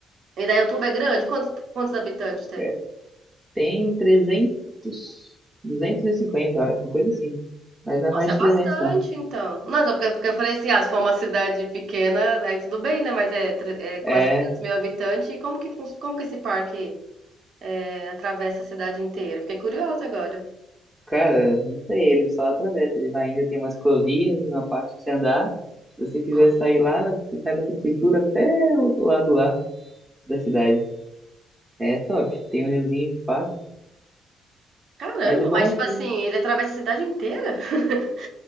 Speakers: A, on the right; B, on the right.
A: Indaiatuba é grande? Quantos, quantos habitantes tem?
B: é, tem 300, 250, eu acho, uma coisa assim. Mas não é
A: Nossa,
B: mais
A: é
B: de
A: bastante,
B: 300, não.
A: então. Não, só porque, porque eu falei assim, ah, se for uma cidade pequena, aí tudo bem, né? Mas é, tre- é quase
B: É,
A: 300 mil habitantes. E como que, fun- como que esse parque é, atravessa a cidade inteira? Fiquei curiosa agora.
B: Cara, não sei, ele só atravessa. Ele vai indo, tem uma ciclovia, uma parte pra você andar. Se você quiser
A: Hum,
B: sair lá, você sai da prefeitura até o outro lado lá da cidade. É top. Tem um riozinho que passa.
A: caramba,
B: Mas o bom
A: mas
B: é
A: tipo
B: que
A: assim, ele atravessa a cidade inteira? <laughs>